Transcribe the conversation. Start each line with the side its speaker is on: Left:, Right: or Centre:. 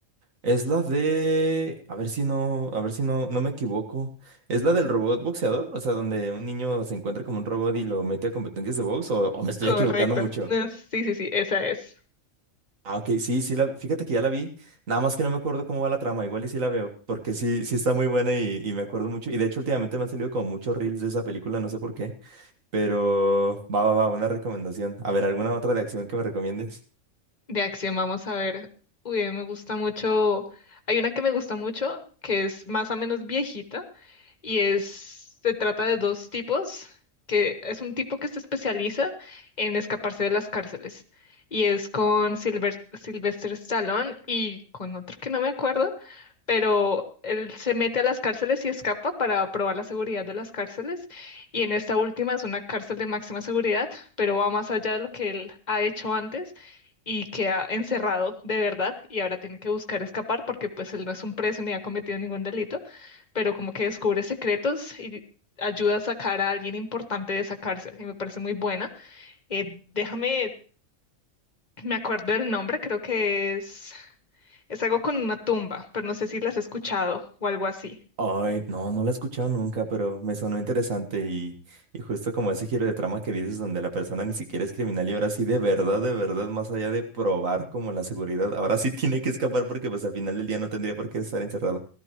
Right: Es la de, a ver si no, a ver si no, no me equivoco. ¿Es la del robot boxeador? O sea, donde un niño se encuentra como un robot y lo mete a competencias de box, o, o me estoy
Left: Correcto.
Right: equivocando mucho.
Left: No, sí, sí, sí, esa es.
Right: Ah, ok, sí, sí la, fíjate que ya la vi. Nada más que no me acuerdo cómo va la trama, igual y sí la veo, porque sí, sí está muy buena y, y me acuerdo mucho. Y de hecho, últimamente me han salido como muchos reels de esa película, no sé por qué. Pero va, va, va, una recomendación. A ver, ¿alguna otra de acción que me recomiendes?
Left: De acción, vamos a ver. Uy, a mí me gusta mucho. Hay una que me gusta mucho, que es más o menos viejita, y es, se trata de dos tipos, que es un tipo que se especializa en escaparse de las cárceles y es con Silver, Sylvester Stallone y con otro que no me acuerdo pero él se mete a las cárceles y escapa para probar la seguridad de las cárceles. Y en esta última es una cárcel de máxima seguridad, pero va más allá de lo que él ha hecho antes y queda encerrado de verdad y ahora tiene que buscar escapar porque pues él no es un preso ni ha cometido ningún delito, pero como que descubre secretos y ayuda a sacar a alguien importante de esa cárcel y me parece muy buena. Eh, déjame, me acuerdo del nombre, creo que es... Es algo con una tumba, pero no sé si las has escuchado o algo así.
Right: Ay, no, no la he escuchado nunca, pero me sonó interesante y, y justo como ese giro de trama que dices donde la persona ni siquiera es criminal y ahora sí de verdad, de verdad, más allá de probar como la seguridad, ahora sí <laughs> tiene que escapar porque pues al final del día no tendría por qué estar encerrado.